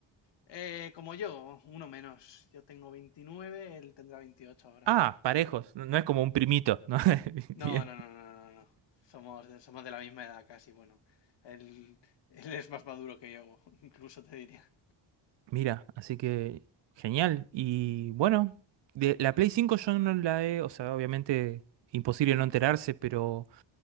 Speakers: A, on the left; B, on the right.
A: Eh, como yo, uno menos. Yo tengo 29, él tendrá 28 ahora.
B: Ah, parejos, no no es como un primito, ¿no? <laughs>
A: No,
B: Bien.
A: no, no, no, no, no. Somos de, somos de la misma edad casi, bueno. Él, él es más maduro que yo, <laughs> incluso te diría.
B: Mira, así que genial. Y bueno, de la Play 5 yo no la he, o sea, obviamente imposible no enterarse, pero